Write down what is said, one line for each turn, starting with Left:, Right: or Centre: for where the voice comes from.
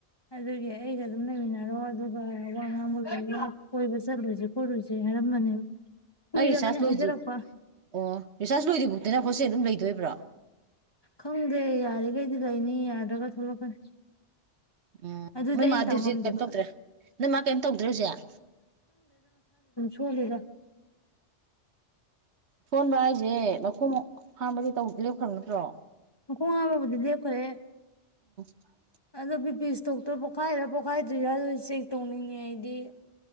Left: ꯑꯗꯨꯒꯤ ꯑꯩꯒ ꯑꯗꯨꯝ ꯂꯩꯃꯤꯟꯅꯔꯣ ꯑꯗꯨꯒ ꯋꯥ ꯉꯥꯡꯕ ꯀꯣꯏꯕ ꯆꯠꯂꯨꯁꯦ ꯈꯣꯠꯂꯨꯁꯦ ꯍꯥꯏꯔꯝꯕꯅꯦꯕ ꯀꯨꯏꯔꯕꯅꯦ
Right: ꯅ ꯔꯤꯁꯔꯖ ꯂꯣꯏ
Left: ꯍꯥꯏꯖꯔꯛꯄ
Right: ꯑꯣ ꯔꯤꯆꯆꯥꯖ ꯂꯣꯏ ꯃꯣꯏꯠꯁꯦ ꯑꯗꯨꯝ ꯂꯩꯗꯣꯏꯕ꯭ꯔꯣ
Left: ꯈꯪꯗꯦ ꯌꯥꯔꯤꯈꯩꯗꯤ ꯂꯩꯅꯤ ꯌꯥꯗ꯭ꯔꯒ ꯊꯣꯛꯂꯛꯀꯅꯤ
Right: ꯎꯝ
Left: ꯑꯗꯨꯗꯤ
Right: ꯅꯣꯏ
Left: ꯑꯩꯅ
Right: ꯃꯥꯗꯤ
Left: ꯇꯧ
Right: ꯍꯧꯖꯤꯛ
Left: ꯉꯝꯗꯦꯕ
Right: ꯀꯩꯅꯝ ꯇꯧꯗ꯭ꯔꯦ ꯅꯣꯏ ꯃꯥ ꯀꯩꯝ ꯇꯧꯗ꯭ꯔꯦ ꯍꯧꯖꯤꯛ
Left: ꯁꯨꯂꯗ
Right: ꯁꯣꯟꯕ ꯍꯥꯏꯁꯦ ꯃꯈꯨꯝ ꯍꯝꯕꯗꯤ ꯇꯧ ꯂꯦꯞꯈ꯭ꯔꯕ ꯅꯠꯇ꯭ꯔꯣ
Left: ꯀꯣꯟ ꯑꯃꯕꯨꯗꯤ ꯗꯦ ꯈꯔꯦ
Right: <inaudible>
Left: ꯑꯗꯣ ꯕꯤ ꯄ ꯏꯁꯇꯣꯛꯇ ꯄꯣꯛꯈꯥꯏꯔ ꯄꯣꯈꯥꯏꯗ꯭ꯔꯤꯔꯥ ꯑꯗꯨ ꯆꯦꯛ ꯇꯧꯅꯤꯡꯉꯦ ꯑꯩꯗꯤ